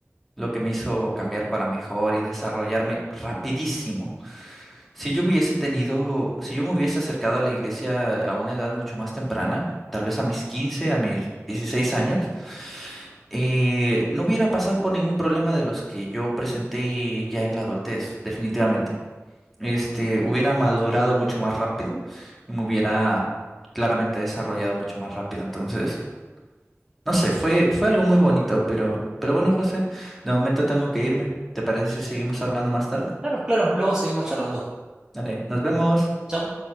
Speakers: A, in the centre; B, on the right.
A: lo que me hizo cambiar para mejor y desarrollarme rapidísimo. Si yo hubiese tenido, si yo me hubiese acercado a la iglesia a una edad mucho más temprana, tal vez a mis 15, a mis 16 años, eh, no hubiera pasado por ningún problema de los que yo presenté ya en la adultez, definitivamente. Este, hubiera madurado mucho más rápido y me hubiera claramente desarrollado mucho más rápido. Entonces, No sé, fue, fue algo muy bonito, pero, pero bueno, José, de momento tengo que irme. ¿Te parece si seguimos hablando más tarde?
B: Claro, claro, luego seguimos charlando.
A: Dale, nos vemos.
B: Chao.